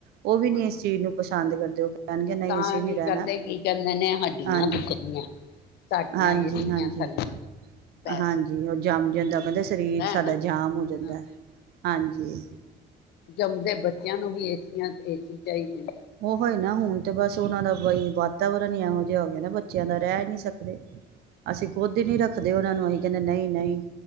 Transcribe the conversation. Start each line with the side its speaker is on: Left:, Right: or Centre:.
Right: ਉਹ ਵੀ
Left: ਹਾਂ
Right: ਨੀ ਇਸ ਚੀਜ਼ ਨੂੰ ਪਸੰਦ ਕਰਦੇ ਉਹ ਕਹਿਣਗੇ ਨਹੀਂ
Left: ਤਾਂ
Right: ਅਸੀਂ ਨੀ ਰਹਿਣਾ
Left: ਕਰਦੇ ਕੀ ਕਹਿੰਦੇ ਨੇ ਹੱਡੀਆਂ
Right: ਹਾਂਜੀ
Left: ਦੁਖਦੀਆਂ ਸਾਡੀਆਂ
Right: ਹਾਂਜੀ-ਹਾਂਜੀ-ਹਾਂਜੀ
Left: ਏਸੀਆਂ ਥੱਲੇ ਪੈਸੇ
Right: ਉਹ ਜੰਮ ਜਾਂਦਾ ਕਹਿੰਦਾ ਸਰੀਰ
Left: ਹੁੰਦਾ ਹੈ
Right: ਸਾਡਾ ਜਾਮ ਹੋ
Left: ਨਾ
Right: ਜਾਂਦਾ ਹਾਂਜੀ ਅਤੇ
Left: ਜੰਮਦੇ ਬੱਚਿਆਂ ਨੂੰ ਵੀ ਏਸੀ ਤੇ ਚਾਹੀਦੇ
Right: ਉਹ ਹੀ ਨਾ ਹੁਣ ਤੇ ਬਸ ਉਹਨਾਂ ਦਾ ਬਈ ਵਾਤਾਵਰਨ ਹੀ ਇਹੋ ਜਿਹਾ ਹੋ ਗਿਆ ਨਾ ਬੱਚਿਆਂ ਦਾ ਰਹਿ ਨਹੀਂ ਸਕਦੇ
Left: ਹਾਂ
Right: ਅਸੀਂ ਖੁੱਦ ਹੀ ਨਹੀਂ
Left: ਸਹੀ
Right: ਰੱਖਦੇ
Left: ਗੱਲ
Right: ਉਹਨਾਂ ਨੂੰ ਅਸੀਂ ਕਹਿੰਦੇ ਨਹੀਂ ਨਹੀਂ